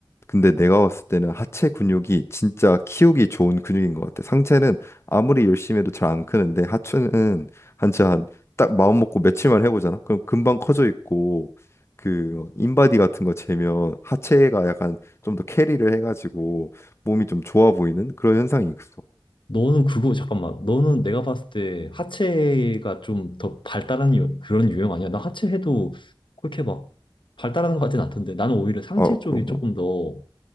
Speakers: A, on the left; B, on the left.
A: 근데 내가 봤을 때는 하체 근육이 진짜 키우기 좋은 근육인 것 같아 상체는 아무리 열심히 해도 잘 안 크는데 하체는 한짜 한딱 마음 먹고 며칠만 해보잖아 그럼 금방 커져 있고 그 인바디 같은 거 재면 하체가 약간 좀 더 캐리를 해가지고 몸이 좀 좋아 보이는 그런 현상이 있어
B: 너는 그거 잠깐만 너는 내가 봤을 때 하체가 좀 더 발달한 유- 그런 유형 아니야? 나 하체 해도 그렇게 막 발달하는 것 같진 않던데 나는 오히려 상체
A: 아
B: 쪽이
A: 그런가
B: 조금 더